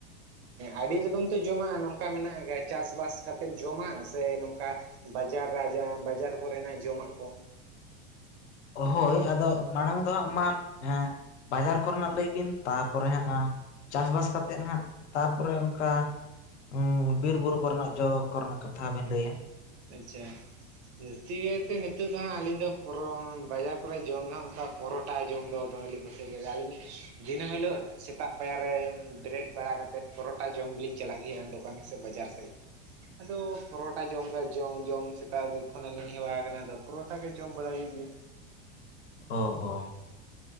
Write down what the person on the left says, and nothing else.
ᱦᱳᱭ ᱟᱫᱚ ᱢᱟᱲᱟᱝ ᱫᱚ ᱦᱟᱜ ᱢᱟ ᱮ ᱵᱟᱡᱟᱨ ᱠᱚ ᱨᱮᱱᱟᱜ ᱞᱟᱹᱭ ᱵᱤᱱ ᱛᱟᱨᱯᱚᱨᱮ ᱦᱟᱸᱜ ᱼᱼ ᱪᱟᱥᱵᱟᱥ ᱠᱟᱛᱮᱫ ᱦᱟᱜ ᱛᱟᱯᱚᱨᱮ ᱚᱱᱠᱟᱼᱼ ᱚ ᱵᱤᱨ ᱵᱩᱨᱩ ᱠᱚ ᱨᱮᱱᱟᱜ ᱡᱚ ᱠᱚ ᱨᱮᱱᱟᱜ ᱠᱟᱛᱷᱟ ᱵᱤᱱ ᱞᱟᱹᱭᱟᱼᱼ
ᱚ ᱚ